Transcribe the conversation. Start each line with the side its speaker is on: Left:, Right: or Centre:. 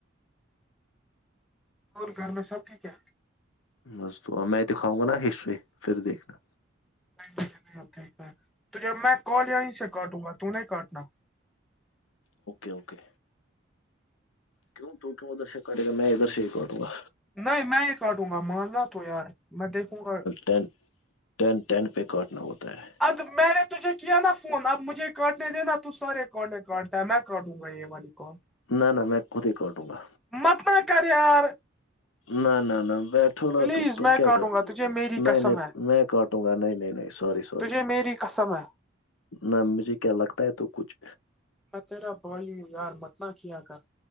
Centre: اور گھر میں سب ٹھیک ہے
Left: مزد میں دکھاؤں گا نا ہسٹری پھر دیکھنا
Centre: نہیں م نہیں آ تو جب میں کال یہیں سے کاٹوں گا تو نہیںیں کاٹنا
Left: اوکے اوکے کیوں تو کیوں ادھر سے ک کاٹےا میں ادھر سے ہی کاٹوںا
Centre: نہیں میں یہ کاٹوں گا ماننا تو یار میں دیکھوں گا
Left: تا ٹین ٹین پہ کاٹنا ہوتا ہے
Centre: اب میں نے تجھے کیا نا فون اب مجھے کاٹنے دینا تو سارے کاٹنے کاٹتا ہے میں کاٹوں الائی عل کوم
Left: نہ نہ میں خود ہی کر دوں گا
Centre: متل کریار
Left: نہ نہ نہ بیٹھو نا
Centre: پلیز
Left: تم تم
Centre: میں
Left: کیا
Centre: کاٹوں
Left: کرتے
Centre: گا تجھے
Left: ہو
Centre: میری
Left: نہیں
Centre: قسم
Left: نہیں
Centre: ہے
Left: میں کاٹوں گا نہیں نہیں نہیں سوری سوری
Centre: تجھے میری قسم ہے
Left: نہ مجھے کیا لگتا ہے تو کچھ
Centre: تیرا بائی یار متلا کیا کر